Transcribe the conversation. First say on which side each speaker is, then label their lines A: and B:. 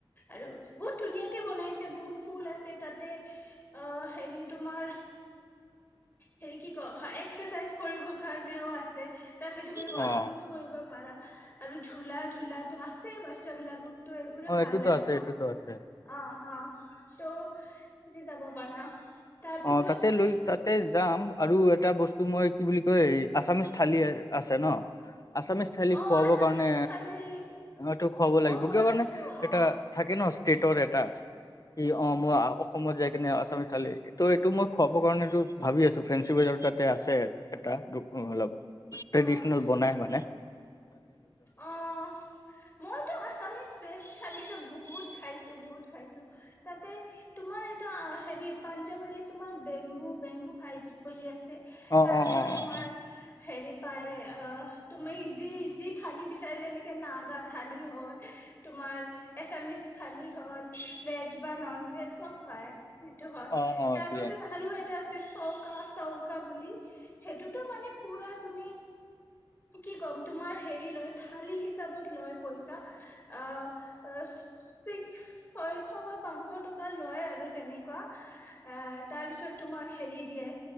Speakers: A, on the left; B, on the left.
A: আৰু বহুত ধুনীয়াকে বনাইছে বহুত ফুল আছে তাতে অ হেৰি তোমাৰ হেৰি কি ক এক্সাৰচাইজ কৰিব কাৰণেও আছে তাত তুমি ৱাকিংো
B: অ',
A: কৰিব কৰাা আৰু ঝোলা ঝোলা তো আছে বাচ্ছাবলাকক ত' এইবোোৰ
B: অ',
A: ভাল
B: এইটোতো
A: লাগে
B: আছে
A: ন
B: এইটোতো আছে
A: অ অ ত' সুজি যাব পাৰা তাৰপিছত
B: অ তাতে লৈ তাতে যাম আৰু এটা বস্তু মই কি বুলি কয় আছামিজ থালি আছে ন আছামিজ থাইলি
A: অ
B: খুৱাবৰ
A: আছামিছ
B: কাৰণে
A: থালি
B: এটো খুৱাব
A: মই
B: লাগিব
A: কৈ
B: কিয় কাৰণে
A: আছো অ
B: এটা থাকে ন ষ্টেটৰ এটা ই অ মই অসমত যাই কিনে আছামি থাইলী ত' এইটো মই খুৱাবৰ কাৰণটো ভাবি আছো ফেঞ্চি বৱেজাৰ তাতে আছে এটা অলপ ট্ৰেডিচনেল
A: অ
B: বনাই মানে হ
A: অ' মইতো আছামিজ বেচ থালীতো বহুত খাইছো বহুত খাইছো। তাতে তোমাৰ এটা হেৰি পাঞ্জাৱৰী তোমাৰ বেম্বু বেম্বু হাইটছ বুলি আছে।
B: অ',
A: তাতেওঁ
B: অ', অ',
A: তোমাৰ
B: অ',
A: হেৰি। পায়ে অ'। তুমি ইজি ইজি থালি বিচাৰে যেনেকৈ নাগা থালি হ'ল, তোমাৰ এচামিজ থালি হ'ল, ভেজ বা ন'ন ভেজ চব পায়। সেইটো হয়
B: অ', অ', অ
A: তাৰপিছত
B: এইটো জানো
A: আৰু এ! আছে চৌকা -চৌকা বুলি। সেইটোতো মানে পুৰা তুমি কি ক'ম তোমাৰ হেৰী লৈ থালি হিচাবত লৈ পইচা। আহ আহ চিছ শৈশৱ বা পাঁচশ টকা লৈ আৰু তেনেকুৱা আ'হ তাৰপিছত তোমাক হেৰী দিয়ে